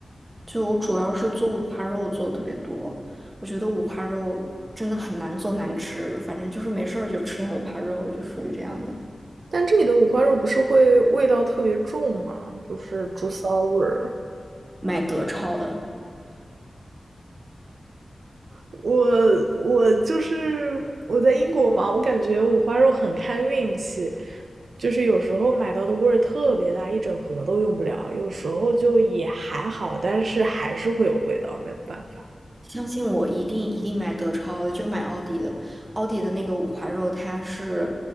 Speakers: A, on the right; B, on the right.
A: 就我主要是做五花肉做得特别多，我觉得五花肉真的很难做难吃，反正就是没事儿就吃点五花肉，就属于这样的。
B: 但这里的五花肉不是会味道特别重吗？就是猪骚味儿。
A: 买德超的，
B: 我我就是我在英国嘛，我感觉五花肉很看运气，就是有时候买到的味儿特别大，一整盒都用不了，有时候就也还好，但是还是会有味道，没有办法。
A: 相信我，一定一定买德超的，就买奥迪的。奥迪的那个五花肉，它是，